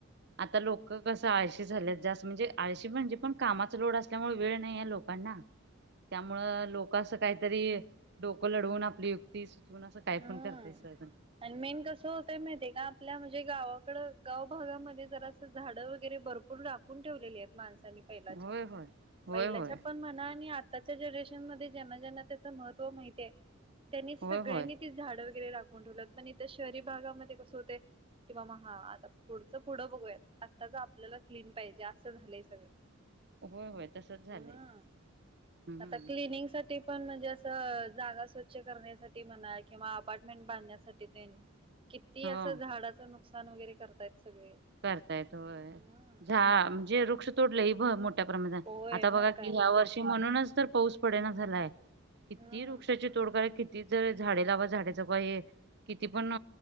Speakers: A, on the right (about 55°); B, on the right (about 25°).
A: आता लोक कस आळशी झाल्यात जास्त म्हणजे आळशी म्हणजे पण कामाचा लोड असल्यामुळे. वेळ नाही आहे लोकांना त्यामुळ लोक असं काहीतरी डोकं लढवून आपली युक्ती असं
B: हम्म
A: काय पण करताय.
B: आणि मेन कसं होतय माहितीे का आपल्या म्हणजे गावाकडं गाव भागामध्ये जरा असं झाडं वगैरे भरपूर ला. ठेवलेली आहेत माणसांनी पहिलाच्या
A: होय होय होय
B: पहिल्याच्या
A: होय
B: पण म्हणा आणि आताच्या जनरेशन मध्ये ज्यांना ज्यांना त्याच महत्व माहिते त्यांनी सगळ्यांनी.
A: होय होय.
B: त झाडं वगैरे राखून ठेवलात पण इथ शहरी भागामध्ये कसं होते. किं बा म हा आता पुढचं पुढं बघूयात आत्ताच आपल्याला क्लीन पाहिजे असं झालंय सगळं.
A: <unintelligible> होय तसच झालंय
B: हम
A: हम्म
B: आता क्लनिंग साठी. पण म्हणजे असं जागा स्वच्छ करण्यासाठी म्हणा किंवा अपार्टमेंट बांधण्यासाठी ते. किती
A: हो
B: असं झाडाचं नुकसान वगैरे करतायत सगळे.
A: करता येत होय
B: हम्म
A: झाड म्हणजे वृक्ष तोडलं ही मोठ. मोठ्या प्रमाणात
B: होय
A: आता बघा
B: मग
A: की
B: काय
A: ह्या वर्षी म्हणूनच तर पाऊस पडेना झालाय. किती
B: हम्म
A: वृक्षाची तोड का आहे किती जर झाडे लावा झाडाचं काही किती पण.